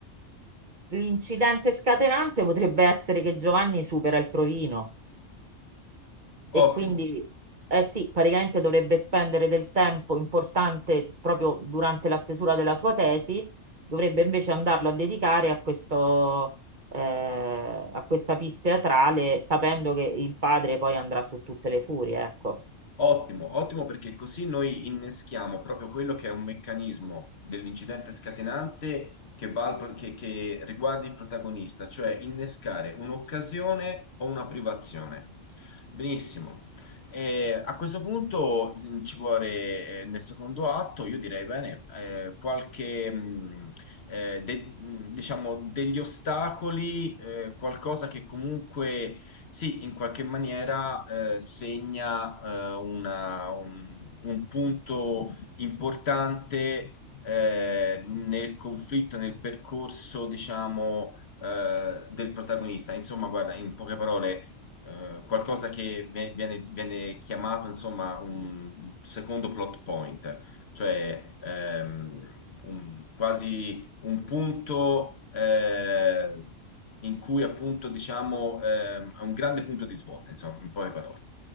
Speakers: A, on the right; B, on the left.
A: L'incidente scatenante potrebbe essere che Giovanni supera il provino e
B: ottimo.
A: quindi, eh sì, praticamente dovrebbe spendere del tempo importante proprio durante la stesura della sua tesi, dovrebbe invece andarlo a dedicare a questo, eh, a questa pista teatrale, sapendo che il padre poi andrà su tutte le furie, ecco.
B: Ottimo, ottimo perché così noi inneschiamo proprio quello che è un meccanismo dell'incidente scatenante che, va al pro- che- che riguarda il protagonista, cioè innescare un'occasione o una privazione. Benissimo. E a questo punto mh, ci vuole, eh, nel secondo atto, io direi bene, eh, qualche, mh, eh, de- mh, diciamo, degli ostacoli, eh, qualcosa che comunque sì, in qualche maniera eh, segna eh, una- un, un punto importante eh, nel conflitto, nel percorso, diciamo, eh, del protagonista. Insomma, guarda, in poche parole, eh, qualcosa che ve- viene, viene chiamato, insomma, un secondo plot point, cioè ehm, un- quasi un punto. eh, in cui appunto diciamo ehm, è un grande punto di svolta, insomma, in poche parole.